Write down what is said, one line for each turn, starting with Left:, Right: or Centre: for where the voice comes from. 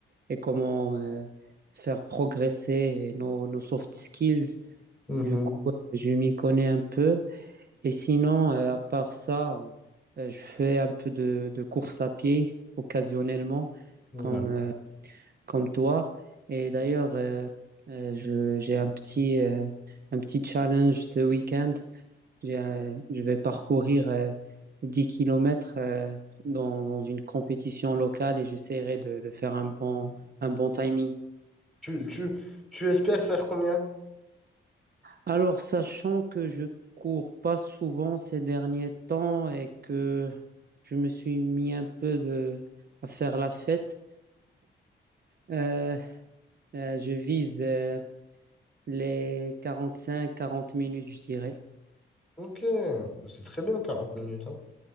Right: et comment euh, faire progresser nos, nos soft skills.
Centre: Mhm.
Right: Du coup, euh, je m'y connais un peu. Et sinon, euh, à part ça, euh, je fais un peu de, de course à pied occasionnellement,
Centre: Ouais.
Right: comme, euh, comme toi. Et d'ailleurs, euh, euh, je- j'ai un petit... euh, un petit challenge ce week-end j'ai, euh, je vais parcourir euh, 10 kilomètres euh, dans, dans une compétition locale et j'essaierai de, de faire un bon, un bon timing.
Centre: Tu, tu, tu espères faire combien?
Right: Alors, sachant que je cours pas souvent ces derniers temps et que je me suis mis un peu de, à faire la fête, euh, euh, je vise euh, les cinq quarante minutes, je dirais.
Centre: Ok, c'est très bien quarante minutes. hein.